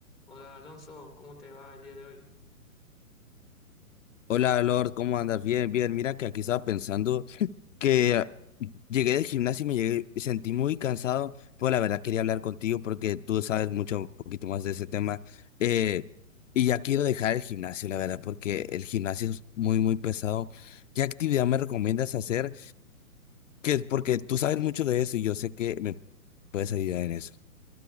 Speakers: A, in the centre; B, on the left (about 60°).
A: Hola Alonso, ¿cómo te va el día de hoy?
B: Hola Lord, ¿cómo andas? Bien, bien. Mira que aquí estaba pensando que llegué del gimnasio y me llegué, sentí muy cansado, pero la verdad quería hablar contigo porque tú sabes mucho, un poquito más de ese tema. Eh, y ya quiero dejar el gimnasio, la verdad, porque el gimnasio es muy, muy pesado. ¿Qué actividad me recomiendas hacer? Que, porque tú sabes mucho de eso y yo sé que me puedes ayudar en eso.